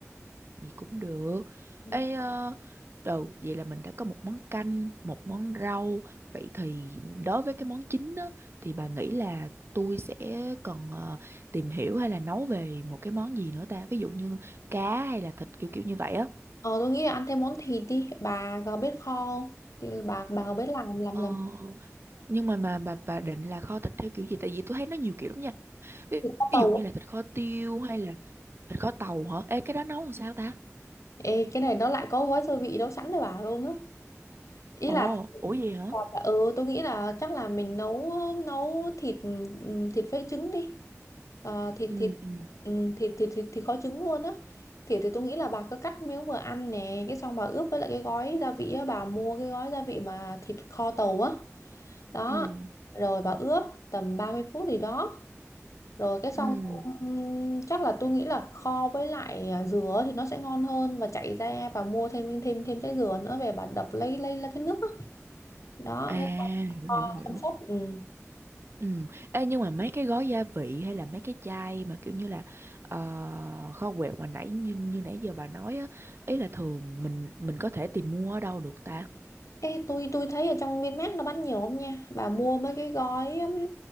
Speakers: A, on the right; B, on the left.
A: vậy cũng được
B: Ừ.
A: ê ờ, đầu vậy là mình đã có một món canh một món rau vậy thì đối với cái món chính á thì bà nghĩ là tôi sẽ còn ờ, tìm hiểu hay là nấu về một cái món gì nữa ta ví dụ như cá hay là thịt kiểu kiểu như vậy á
B: ờ tôi nghĩ là ăn thêm món thịt đi bà có biết kho không thì bà bà có biết làm làm
A: ờ
B: làm
A: nhưng mà mà bà bà định là kho thịt theo kiểu gì tại vì tôi thấy nó nhiều kiểu lắm nha Ví,
B: Thì có
A: ví
B: tàu
A: dụ như là thịt kho tiêu hay là thịt kho tàu hả? Ê cái đó nấu làm sao ta?
B: Ê, cái này nó lại có gói gia vị nấu sẵn cho bà luôn á ý
A: Ồ,
B: là
A: ủa gì hả?
B: còn là- ừ tôi nghĩ là chắc là mình nấu nấu thịt ừm, thịt với trứng đi Ờ, thịt
A: Ừ
B: thịt
A: ừ
B: ừm, thịt thịt thịt thịt kho trứng luôn á thịt thì tôi nghĩ là bà cứ cắt miếng vừa ăn nè cái xong bà ướp với lại cái gói gia vị á bà mua cái gói gia vị mà thịt kho tàu á đó
A: ừ
B: rồi bà ướp tầm 30 phút gì đó rồi cái xong
A: ừ.
B: ừm, chắc là tôi nghĩ là kho với lại à, dừa thì nó sẽ ngon hơn và chạy ra và mua thêm thêm thêm trái dừa nữa về bà đập lấy lấy lấy cái nước đó, đó
A: À,
B: cái kho
A: hiểu hiểu hiểu.
B: xong sốt ừ.
A: Ừ. Ê nhưng mà mấy cái gói gia vị hay là mấy cái chai mà kiểu như là ờ, kho quẹt mà nãy như như nãy giờ bà nói á, ý là thường mình mình có thể tìm mua ở đâu được ta?
B: Ê, tôi tôi thấy ở trong Vinmart nó bán nhiều không nha bà mua mấy cái gói ừm,